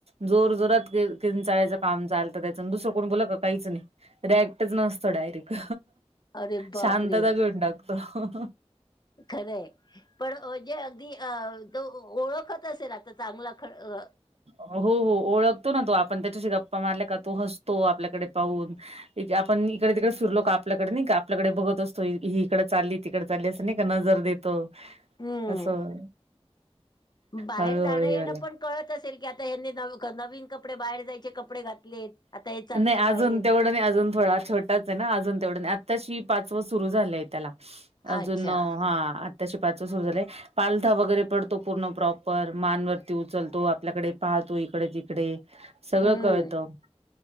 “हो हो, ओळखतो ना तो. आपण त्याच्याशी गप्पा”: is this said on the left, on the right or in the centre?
Right